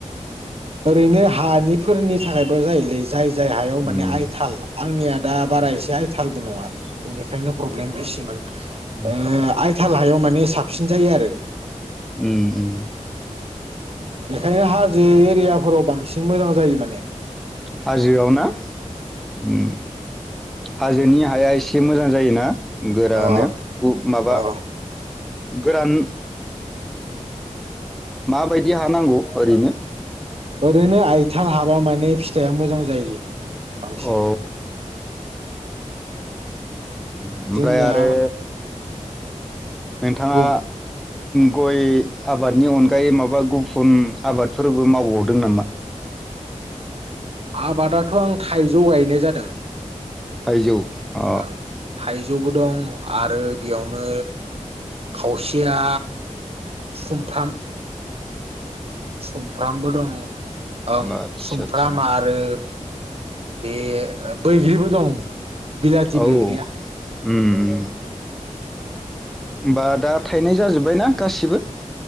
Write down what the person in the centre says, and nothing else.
उम
उम
उम उम
हाजोआव ना उम हाजोनि हाया एसे मोजां जायोना गोरानो
उ माबा
गोरान माबायदि हा नांगौ ओरैनो
औ उम
ओमफ्राय आरो नोंथाङा?
गय आबादनि अनगायै माबा गुफुन आबादफोरबो मावबावदों नामा?
थाइजौ अ
आदसा
आदसा
औ
औ उम उम होनबा दा थाइनाय जाजोब्बाय ना गासिबो?